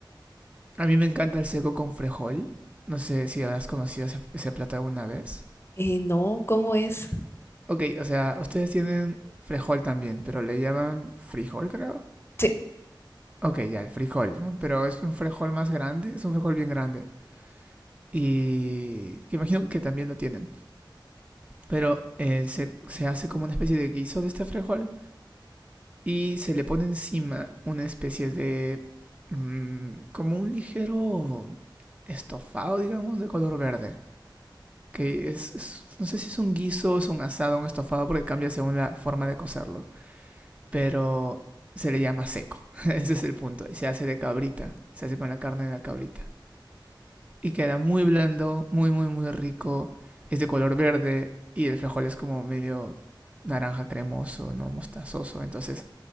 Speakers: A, on the right; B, on the left.
A: a mí me encanta el seco con frejol. No sé si habrás conocido ese, ese plato alguna vez.
B: Eh, no, ¿cómo es?
A: Ok, o sea, ustedes tienen frejol también, pero le llaman frijol, creo.
B: Sí,
A: Ok, ya, el frijol, ¿no? Pero es un frijol más grande, es un frijol bien grande. Y que imagino que también lo tienen. Pero eh, se, se hace como una especie de guiso de este frijol y se le pone encima una especie de... mm, como un ligero estofado, digamos, de color verde. Que es, es- No sé si es un guiso, es un asado, un estofado, porque cambia según la forma de cocerlo. Pero se le llama seco. <laughs> Ese es el punto. Y se hace de cabrita. Se hace con la carne de la cabrita. Y queda muy blando, muy, muy, muy rico. Es de color verde y el frijol es como medio naranja cremoso, no mostazoso. Entonces